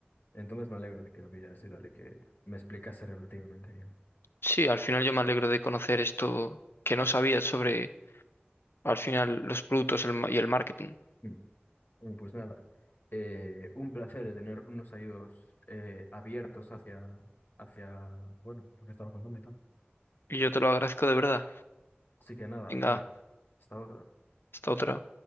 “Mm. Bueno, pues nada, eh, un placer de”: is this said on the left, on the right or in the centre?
Left